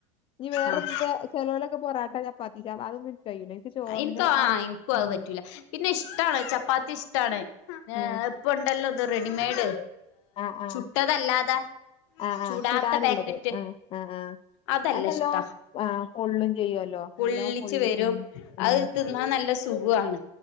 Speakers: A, on the left (about 35°); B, on the left (about 70°).
A: നീ വേറെ
B: ആഹ്
A: എന്താ? ചെലവരെക്കെ പൊറാട്ട, ചപ്പാത്തി ചാ അതൊന്നും കയ്യൂല ഇൻക്ക് ചോറിന്റെ
B: ഇൻകോ ആഹ്
A: ആ
B: ആഹ് ഇൻക്കും അതു
A: ഉം
B: പറ്റൂല പിന്നെ ഇഷ്ടാണ് ചപ്പാത്തി ഇഷ്ടാണ് ഏഹ്
A: ആഹ്
B: ഇപ്പെ ഒണ്ടല്ലോ ഇത് റെഡിമെയ്ഡ്
A: ആഹ് ആഹ്
B: ചുട്ടതല്ലാതെ,
A: ആഹ്
B: ചൂടാത്ത
A: ആഹ് ചുടാനുള്ളത്
B: പാക്കറ്റ്
A: ആഹ് ആഹ് ആ
B: അതല്ല
A: അന്നല്ലോ
B: ഇഷ്ടാ
A: ആ പൊള്ളും ചെയ്യുവല്ലോ.
B: പൊള്ളിച്ച്
A: നല്ലോ പൊള്ളി
B: വരും
A: ഉം ഉം
B: അത് തിന്നാ നല്ല സുഖു ആണ്.